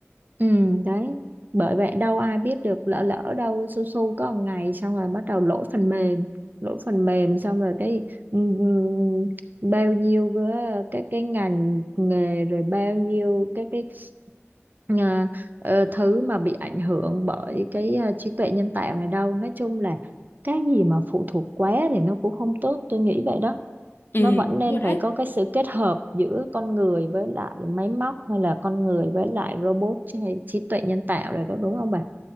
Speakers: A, on the right; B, on the left.
A: Ừ, đấy. Bởi vậy đâu ai biết được lỡ lỡ đâu su su có một ngày xong rồi bắt đầu lỗi phần mềm, lỗi phần mềm xong rồi cái ừm, bao nhiêu cái cái cái ngành nghề rồi bao nhiêu cái cái ờ, ờ, thứ mà bị ảnh hưởng bởi cái ờ, trí tuệ nhân tạo này đâu. Nói chung là cái gì mà phụ thuộc quá thì nó cũng không tốt, tôi nghĩ vậy đó
B: Ừ,
A: nó vẫn nên
B: đúng rồi
A: phải
B: đấy.
A: có cái sự kết hợp giữa con người với lại máy móc hay là con người với lại robot chứ hay trí tuệ nhân tạo rồi đó đúng không bà?